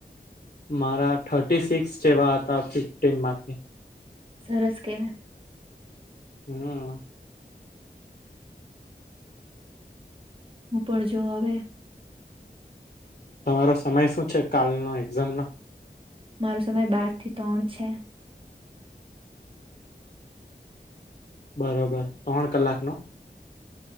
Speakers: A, on the left; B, on the right.
A: મારા થર્ટી સિક્સ જેવા હતા ફિફ્ટીનમાંથી
B: સરસ કેવાય
A: હમ્મ.
B: ઉપર જો હવે
A: તમારો સમય શું છે કાલનો એક્ઝામ નો
B: મારો સમય બાર થી ત્રણ છે.
A: બરોબર ત્રણ કલાક નો